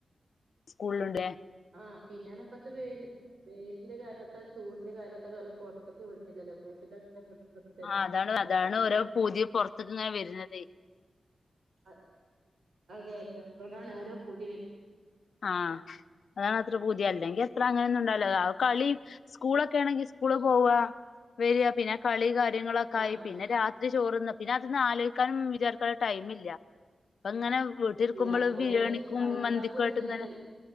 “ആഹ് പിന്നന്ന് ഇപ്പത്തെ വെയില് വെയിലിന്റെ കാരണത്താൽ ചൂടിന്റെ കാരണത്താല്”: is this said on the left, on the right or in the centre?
Right